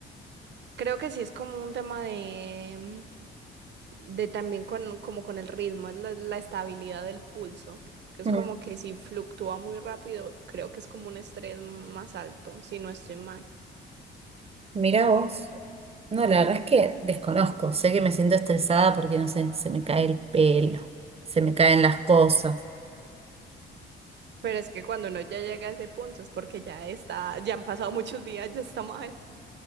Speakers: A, on the right (about 60°); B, on the right (about 30°).
A: creo que sí es como un tema de, de también con, como con el ritmo, es la, la estabilidad del pulso, que es
B: Mm,
A: como que si fluctúa muy rápido, creo que es como un estrés más alto, si no estoy mal.
B: Mira vos. No, la verdad es que desconozco. Sé que me siento estresada porque, no sé, se me cae el pelo, se me caen las cosas.
A: Pero es que cuando uno ya llega a ese punto es porque ya está, ya han pasado muchos días, ya está mal.